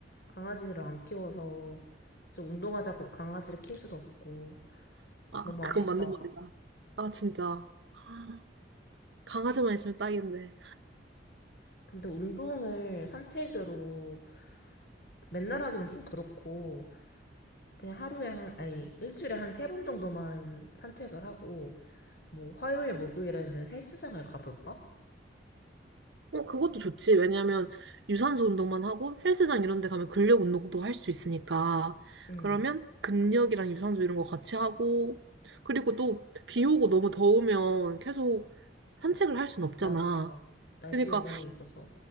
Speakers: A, on the left; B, on the right.
A: 강아지를 안 키워서, 좀 운동하자고 강아지를 키울 수도 없고.
B: 아,
A: 너무
B: 그건
A: 아쉽다.
B: 맞는 말이다. 아, 진짜. 아, 강아지만 있으면 딱인데.
A: 근데 운동을 산책으로 맨날 하기는 좀 그렇고 그냥 하루에 한 아니 일주일에 한 세 번 정도만 산책을 하고 뭐 화요일 목요일에는 헬스장을 가볼까?
B: 어, 그것도 좋지. 왜냐면 유산소 운동만 하고 헬스장 이런 데 가면 근력 운동도 할 수 있으니까.
A: 응
B: 그러면 근력이랑 유산소 이런 거 같이 하고. 그리고 또 비 오고 너무 더우면 계속 산책을 할 순 없잖아.
A: 맞아 맞아 날씨
B: 그러니까,
A: 영향이 있어서